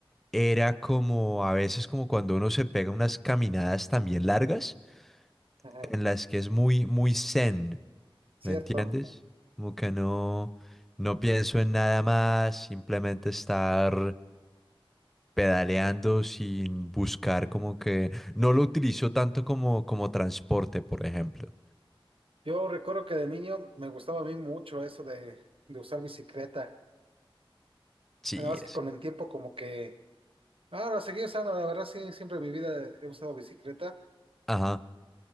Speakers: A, in the centre; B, on the right (about 75°).
A: era como a veces como cuando uno se pega unas caminadas también largas
B: Ajá.
A: en las que es muy, muy zen,
B: Cierto.
A: ¿me entiendes? Como que no, no pienso en nada más, simplemente estar pedaleando sin buscar como que no lo utilizo tanto como, como transporte, por ejemplo.
B: Yo recuerdo que de niño me gustaba a mí mucho eso de, de usar bicicleta.
A: Sí,
B: Nada más
A: es
B: que con
A: que.
B: el tiempo como que... Ahora seguí usando, la verdad sí, siempre en mi vida he usado bicicleta
A: Ajá,